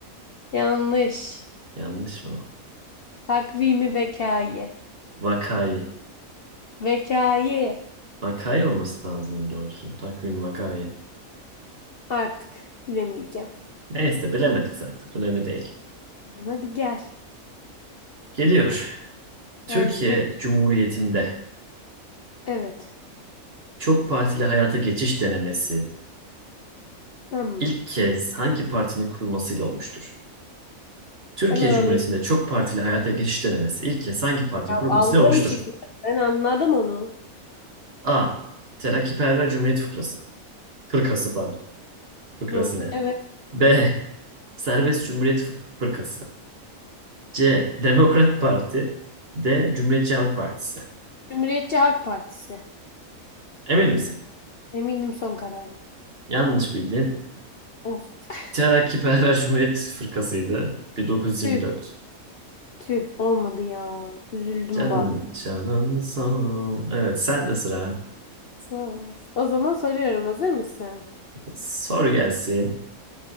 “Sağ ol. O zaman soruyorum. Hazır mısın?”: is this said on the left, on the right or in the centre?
Left